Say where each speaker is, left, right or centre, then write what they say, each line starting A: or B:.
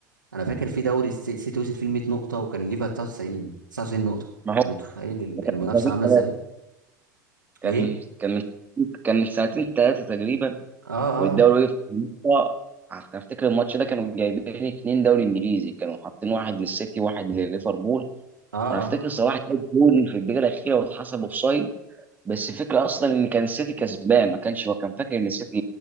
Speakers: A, on the right; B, on the right.
A: انا فاكر في دوري السي- السيتي وصل فيه 100 نقطه وكان الليفر 99 99 نقطه
B: ما هو
A: انت متخيل ال-
B: من
A: المنافسه
B: سنتين
A: عامله
B: ثلاثه
A: ازاي
B: كان
A: ايه
B: من كان من كان من سنتين ثلاثه تقريبا
A: اه اه
B: والدوري وقف في النص. أنا افتكر الماتش ده كانوا جايبين اتنين دوري انجليزي كانوا حاطين واحد للسيتي وواحد لليفربول
A: اه
B: وانا افتكر
A: اه
B: صلاح جاب جول في الدقيقه الاخيره واتحسب اوفسايد بس الفكره اصلا ان كان السيتي كسبان ما كانش هو كان فاكر ان السيتي